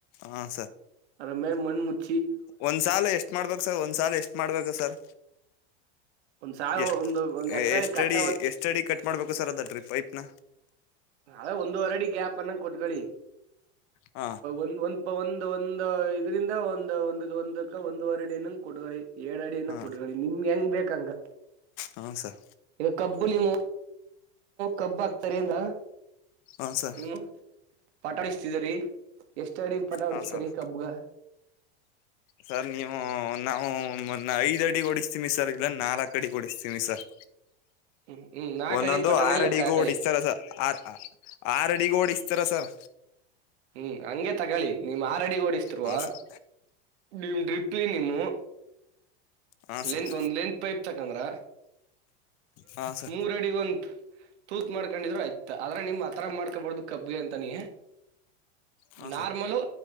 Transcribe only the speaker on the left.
ಹಾಂ
ಒಂದ್ಸಾಲ ಎಷ್ಟ್ ಮಾಡ್ಬೇಕು ಸರ್ ಒಂದ್ ಸಾಲ ಎಷ್ಟ್ ಮಾಡ್ಬೇಕು ಸರ್
ಎಷ್ಟ
ಎಷ್ಟ
ಅಡಿ ಎಷ್ಟ ಅಡಿ ಕಟ್ ಮಾಡ್ಬೇಕು ಸರ್ ಅದಾದಿ ಪೈಪ್ನ
ಹ
ಹಾ
ಹೌ ಸರ್
ಹಾ ಸರ್
ಹಾ ಸರ್
ಸರ್ ನೀವು ನಾವು ಐದ್ ಅಡಿ ಡಿಸ್ತೀವಿಿ ಸರ್ ಇಲ್ಲ ನಾಲ್ಕ್ು ಅಡಿ ಡಿಸ್ತೀವಿಿ ಸರ್
ಒಂದೊಂದು
ಆರಡಿಗೂ
ಓಡಿಿಸ್ತಾರಸ ಆರ್ ಆರ್ಡಿಿಗೆ ಓಡಿಸ್ತಾರ ಸರ್
ಹಾ ಸರ್
ಹಾ
ಸರ್
ಹಾ ಸರ್
ಹಾ
ಸರ್